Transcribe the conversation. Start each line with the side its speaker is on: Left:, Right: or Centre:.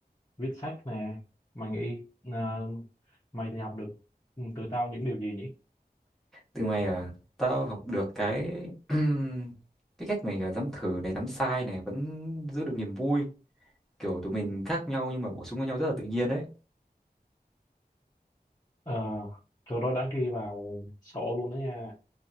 Left: viết sách nè mày nghĩ ờ, mày thì học được ừ, từ tao những điều gì nhỉ
Centre: từ mày à tao học được cái <clears throat> cái cách mày à, dám thử này dám sai này vẫn giữ được niềm vui kiểu tụi mình khác nhau nhưng mà bổ sung với nhau rất là tự nhiên đấy
Left: Ờ, câu đó đã ghi vào sổ luôn đó nha